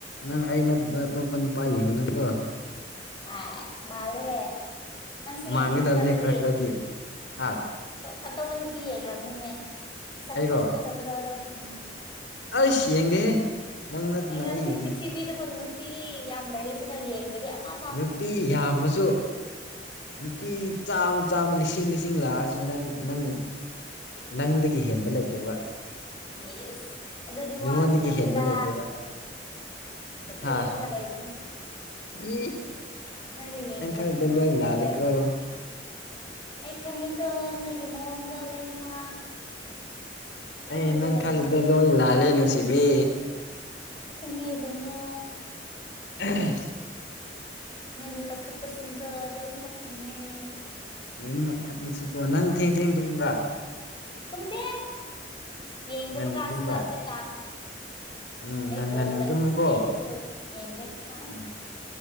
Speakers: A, on the left (about 75°); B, on the left (about 30°).
A: ꯅꯪ ꯑꯩ ꯅꯠꯇꯕ ꯑꯇꯣꯞꯄ ꯅꯨꯄꯥ ꯌꯦꯡꯉꯅꯨꯀꯣ
B: ꯑꯥꯏꯁ ꯃꯥꯥꯜꯂꯦꯍꯦ ꯅꯪꯁꯨ
A: ꯃꯥꯟꯒꯗꯕꯅꯤ
B: ꯌꯦꯡꯒꯅꯨꯀꯣ ꯑꯗꯨꯗꯤ
A: ꯈꯔ ꯈꯔꯗꯤ ꯍꯥ
B: ꯑꯗꯣ ꯑꯇꯣꯞꯄ ꯅꯨꯄꯤ ꯌꯦꯡꯒ꯭ꯔꯕꯅꯤꯅꯦ ꯃꯁꯛ
A: ꯑꯩꯔꯣ
B: ꯐꯠ ꯐꯖꯕꯗꯣꯗꯣ ꯎꯝ
A: ꯑꯩꯁ ꯌꯦꯡꯗꯦꯍꯦ ꯅꯪ ꯅꯠꯇꯅ
B: ꯌꯦꯡꯔꯝꯅꯤ
A: ꯑꯩ ꯌꯦꯡꯗꯦ
B: ꯄ꯭ꯔꯤꯊꯤꯕꯤꯗꯕꯨ ꯅꯨꯄꯤ ꯌꯥꯝ ꯂꯩꯔꯤ ꯁꯤꯗ ꯌꯦꯡꯗ꯭ꯔꯗꯤ ꯑꯃ
A: ꯅꯨꯄꯤ ꯌꯥꯝꯃꯁꯨ ꯅꯨꯄꯤ ꯆꯥꯝꯃ ꯆꯥꯝꯃ ꯂꯤꯁꯤꯡ ꯂꯤꯁꯤꯡ ꯂꯥꯛꯑꯁꯨ ꯅꯪ ꯅꯪ ꯅꯪꯗꯒꯤ ꯍꯦꯟꯕ ꯂꯩꯇꯦꯕ
B: ꯏꯁ ꯑꯗꯨꯗꯤ
A: ꯅꯪꯉꯣꯟꯗꯒꯤ
B: ꯋꯥ ꯈꯛꯇꯅꯦꯗ
A: ꯍꯦꯟꯕ ꯂꯩꯇꯦꯕ
B: ꯑꯗꯨꯝ
A: ꯍꯥ
B: ꯌꯦꯡꯉꯒ ꯂꯩꯕꯅꯦ
A: ꯏ
B: ꯅꯣꯏꯗ ꯌꯦꯡꯗ꯭ꯔꯥꯗꯤ
A: ꯅꯪ ꯈꯜꯂꯤꯗꯣ
B: ꯀꯥꯅꯕꯨ
A: ꯂꯣꯏ ꯂꯥꯜꯂꯤꯀꯣ
B: ꯌꯦꯡꯗꯣꯏꯕ꯫ ꯑꯩ ꯈꯪꯉꯤꯀꯣ ꯅꯣꯏꯒꯤ ꯃꯑꯣꯡꯗꯣ ꯂꯣꯏꯅꯃꯛ꯫ ꯈꯪꯔꯒ
A: ꯑꯩ ꯅꯪ
B: ꯂꯩꯕꯅꯦ
A: ꯈꯜꯂꯤꯗ ꯂꯣꯏ ꯂꯥꯜꯂꯦ ꯅꯨꯡꯁꯤꯕꯤ꯫
B: ꯈꯪꯉꯦ ꯕꯨꯡꯉꯣ꯫
A: <unintelligible>
B: ꯅꯣꯏꯅ ꯇꯧꯈꯠꯄꯁꯤꯡꯗꯣ ꯂꯣꯏꯅꯃꯛ ꯈꯪꯉꯦꯅꯦ꯫
A: ꯂꯣꯏꯅꯃꯛ ꯈꯪꯉꯁꯨꯀꯣ꯫ ꯅꯪ ꯊꯦꯡ ꯊꯦꯡ ꯇꯨꯝꯕ꯭ꯔꯥ?
B: ꯇꯨꯝꯗꯦ꯫ ꯌꯦꯡꯗꯕ
A: ꯉꯟ
B: ꯀꯥꯟꯁꯤꯗ
A: ꯇꯨꯝꯕ꯭ꯔꯥ
B: ꯍꯧꯖꯤꯛꯀꯥꯟ꯫
A: ꯎꯝ
B: ꯑꯩ
A: ꯉꯟ
B: ꯕꯣꯜꯂ
A: ꯉꯟꯅ ꯇꯨꯝꯃꯨꯀꯣ
B: ꯌꯦꯡꯔꯁꯨ ꯌꯦꯡꯗꯦ ꯍꯥ
A: ꯎꯝ